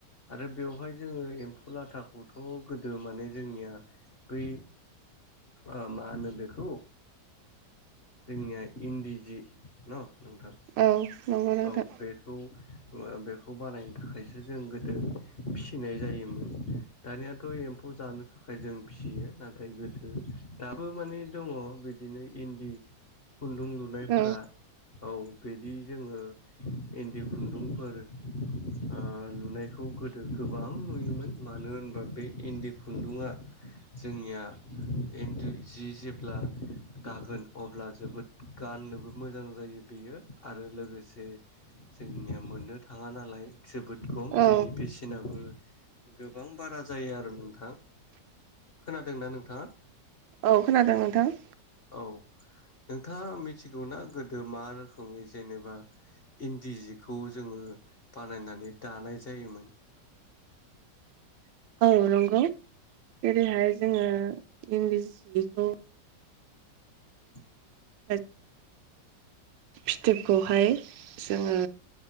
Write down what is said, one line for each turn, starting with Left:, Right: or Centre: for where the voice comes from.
Left: आरो बेवहाय जोङो एम। फुलाथाखौथ' गोदो माने जोंनिया बै। ओ मा होनो बेखौ जोंनिया इन्दि जि ना। नोंथां
Right: औ नंगौ नोंथां
Left: औ बेखौ। ओ बेखौ बानायनो थाखायसो जों गोदो फिसिनाय जायोमोन दानिया। एम्फौ जानो थाख। जों फिसियो नाथाय गोदो दाबो माने दङ बिदिनो इन्द। जि खुन्दुं लुनायफोरा।
Right: औ
Left: औ बिदि जोङो इन्दि खुन्दुंफोर ओ लुनाय। बेखौ गोदो गोबां नुयोमोन। मानो होनबा बे इन्दि खुन्दुंआ जोंनिया इ जि जेब्ला।
Right: <inaudible>
Left: दागोन अब्ला जोबोद गाननोबो मोजां जायो बेयो आरो लोगोसे। जोंनिया मोननो थाङा नालाय जोबोद खम
Right: औ
Left: बेनि बेसेनाबो। गोबां बारा जायो आरो नोंथां खोनादोंना नोंथाङा।
Right: औ खोनादों नोंथां।
Left: औ नोंथाङा मिथिगौना गोदो मा रोखोमै जेनेबा। इन्दि सजखौ जोङो बानायनानै दानाय जायोमोन।
Right: <inaudible> औ नंगौ जेरैहाय जोङो इन्दिसजिखौ।
Left: <inaudible>
Right: हैथ। फिथोबखौहाय जोंङो